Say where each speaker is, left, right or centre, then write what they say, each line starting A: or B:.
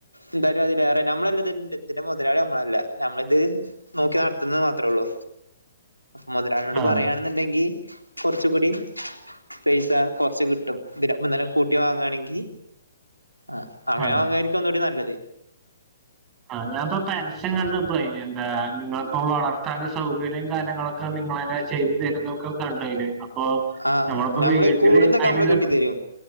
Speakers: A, on the right; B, on the right.
A: എന്തായാലും അതില് വേറെ നമ്മളല്ല ഇതി ഇതിന്റെ മുതലാളി നമ്മളല്ല നമ്മളിത് നോക്കി നടത്തുന്നത് മാത്രേ ഉള്ളൂ
B: <inaudible>
A: മുതലാളിനോട്
B: ആഹ്
A: പറയാണെന്നുണ്ടെങ്കി കുറച്ച് കൂടി പൈസ കുറച്ച് കിട്ടും ഇതിനിപ്പം ഇന്നലെ കൂട്ടി വാങ്ങണെങ്കി ആഹ് അങ്ങനെ
B: ആഹ്
A: വാങ്ങായിരിക്കും ഒന്നൂടി നല്ലത്
B: ആഹ് ഞാനിപ്പൊ പരസ്യം കണ്ടിപ്പോ എന്താ നിങ്ങളിപ്പോ വളർത്താനും സൗകര്യം കാര്യങ്ങളൊ നിങ്ങളന്നെ ചെയ്തു തരുന്നൊക്കെ ഉണ്ടായിരുന്നു അപ്പൊ
A: ആഹ്
B: നമ്മളിപ്പോ
A: നമ്മള്
B: വീട്ടില്
A: കൂടുന്തൊക്കെ
B: അയിനുള്ള
A: നമ്മള് കെട്ടി തരും